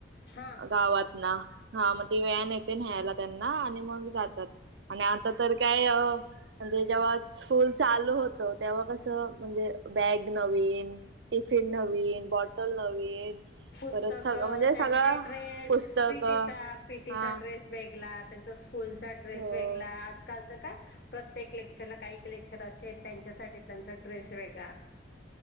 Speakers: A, on the left; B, on the right.
A: हा
B: गावात ना हा मग ती व्यान ये न्यायला त्यांना आणि मग जातात. आणि आता तर काय म्हणजे, जेव्हा स्कूल चालू होत तेव्हा कसं म्हणजे, बॅग नवीन टिफिन नवीन बॉटल नवीन
A: पुस्तक
B: परत सगळं म्हणजे
A: त्यांचे
B: सगळं
A: ड्रेस
B: पुस्तक
A: पीटीचा
B: हा
A: पीटीचा ड्रेस वेगला त्यांचा स्कूलचा ड्रेस
B: हो
A: वेग ला आजकाल. प्रत्येक लेक्चरला काही लेक्चर असे त्यांच्यासाठी त्यांचा ड्रेस वेगळा